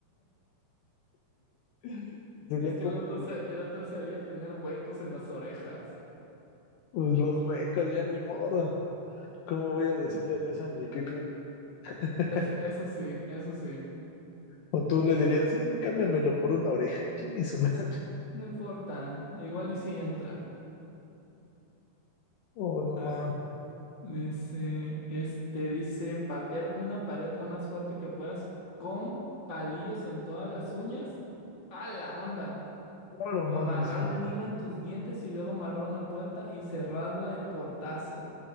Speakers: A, on the left; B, on the left.
A: <laughs> Sería
B: Es que
A: como
B: el otro, se- el otro sería tener huecos en las orejas.
A: pues, los huecos, ya ni modo. ¿Cómo voy a decirle adiós a mi pipi? <laughs>
B: Es- eso sí, eso sí.
A: o tú le dirías, sí, cámbiamelo por una oreja, <laughs> chingue su madre.
B: No importa, igual y si entra.
A: Oh, no
B: A
A: más.
B: ver, Dice, este dice patear una pared lo más fuerte que puedas con palillos en todas las uñas. A la onda.
A: Oh, no, madre,
B: O amarrar
A: sí.
B: un hilo en tus dientes y luego amarrar una puerta y cerrarla de portazo.